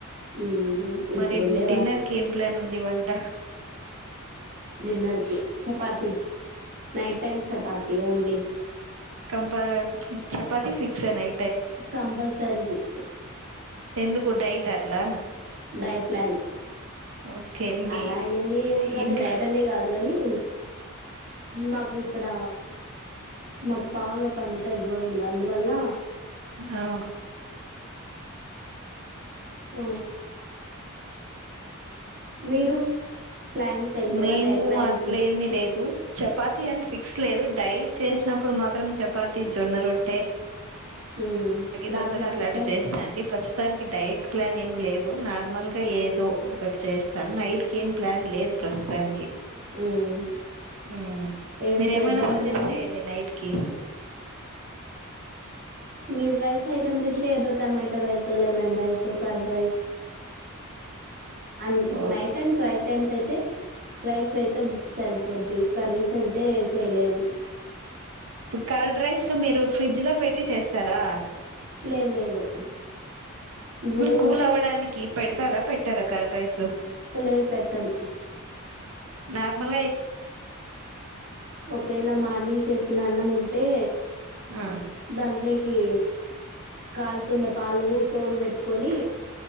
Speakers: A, on the right; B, on the right.
A: మ్మ్ ఇప్పుడుండేవా
B: మరి డిన్నర్కి ఏం ప్లాన్ ఉంది వంట
A: డిన్నర్కి chapati night time chapati only
B: కంపా చపాతి ఫిక్స్ నై
A: కంపల్సరి ఫిక్స్
B: ఎందుకు డైటట్లా
A: డైట్ ప్లాన్
B: ఓకే మీ
A: అలా ఏని ఏం కాదు
B: ఇంట్లో
A: డైట్ అనే కాదు గనీ మాకు ఇక్కడ మాకు పావుగా పండుతయి గోధుములు అందువల్ల
B: ఆ
A: ఓ మీరు ప్లానింగ్స్ ఏం లేవా
B: మేము
A: డైట్ ప్లానింగ్స్
B: అట్ల ఏమి లేదు చపాతి అని ఫిక్స్ లేదు డైట్ చేసినప్పుడు మాత్రం చపాతి, జొన్న రొట్టె
A: హ్మ్
B: దోశలు
A: రాగి
B: అట్లాంటివి
A: రొట్టె
B: చేస్తా అండి ప్రస్తుతానికి డైట్ ప్లాన్ ఏం లేద్ నార్మల్గా ఏదో టి చేస్తాను నైట్కి ఏం ప్లాన్ లేదు. ప్రస్తుతానికి
A: మ్మ్
B: ఆ
A: ఎంత
B: మీరేమైనా
A: ఇబ్బందులున్నా
B: సజెస్ట్ చేయండి నైట్ కి
A: మీరు రైస్ ఐటమ్ తిట్ ఏదో టమాటో రైసో, లెమన్ రైసో, కార్డ్ రైస్ అ
B: ఓ
A: నైట్ టైమ్స్ రైట్ టైమ్స్ అయితే రైస్ అయితే సరిపోద్ది కర్రీస్ అయితే చేయలేం
B: కర్డ్ రైస్ మీరు ఫ్రిడ్జ్లో పెట్టి చేస్తారా
A: లేదు లేదు. ఇప్పుడు
B: కూల్ అవ్వడానికి పెడ్ తారా పెట్టరా కర్డ్ రైస్
A: లేద్ పెట్టం.
B: నార్మల్గా
A: ఒకవేళ మార్నింగ్ చేసిన అన్నం ఉం టే
B: ఆ
A: దాంట్లేయి కాలుతున్న పాలు తోడు పెట్టుకొని